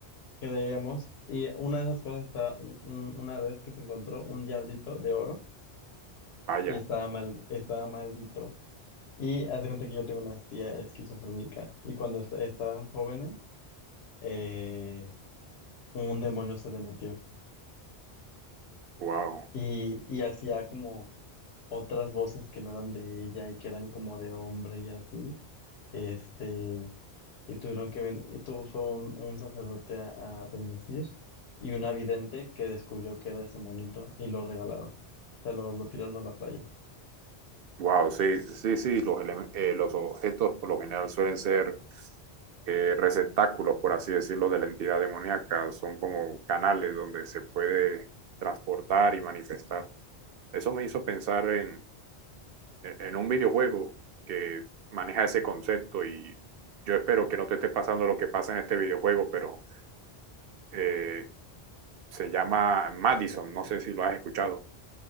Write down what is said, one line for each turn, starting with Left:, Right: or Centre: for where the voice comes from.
Left: creemos, y una de esas cosas estaba, un- un- una vez que se encontró un diablito de oro
Right: Vaya,
Left: y estaba mal, estaba maldito. Y hace cuenta que yo tengo una tía esquizofrénica y cuando est- estaban jóvenes, eh, un demonio se le metió.
Right: wow,
Left: y, y hacía como otras voces que no eran de ella y que eran como de hombre y así, este, y tuvieron que ven, y tuvo fue un, un sacerdote a, a bendecir y una vidente que descubrió que era ese monito y lo regalaron, se lo, lo tiraron a la playa.
Right: wow, sí, sí, sí, los, eleme- eh, los objetos por lo general suelen ser eh, receptáculos, por así decirlo, de la entidad demoníaca, son como canales donde se puede transportar y manifestar. Eso me hizo pensar en, e, en un videojuego que maneja ese concepto y yo espero que no te esté pasando lo que pasa en este videojuego, pero eh, se llama Madison, no sé si lo has escuchado.